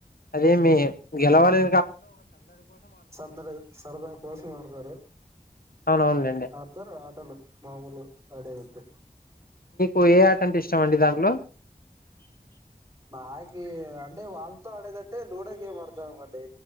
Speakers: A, on the left (about 70°); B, on the right (about 20°).
A: అదేమి గెలవాలే.
B: సందరీ సరదా కోసం ఆడతారు.
A: అవునవునులేండి
B: ఆడతారు ఆటలు మా ఊర్లో ఆడెదైతే.
A: ఓ ఏ ఆట అంటే ఇష్టం అండి దాంట్లో.
B: నాకీ అంటే వాళ్ళతో ఆడేదట్టే లూడో గేమ్ ఆడతామండి.